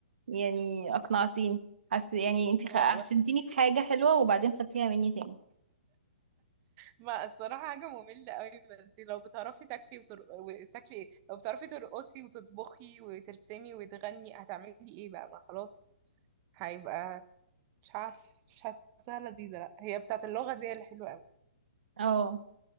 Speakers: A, on the right; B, on the right.
A: يعني اقنعتيني حاسه يعني انت خ...
B: و... و...
A: عشمتيني في حاجة حلوة وبعدين خدتيها مني تاني
B: ما الصراحه حاجه ممله قوي انت لو بتعرفي تاكلي وتر... وتاكلي ايه لو بتعرفي ترقصي وتطبخي وترسمي وتغني هتعملي ايه بقى ما خلاص هيبقى مش عارف مش حاساها لذيذة لا هي بتاعت اللغة دي اللي حلوة قوي
A: اه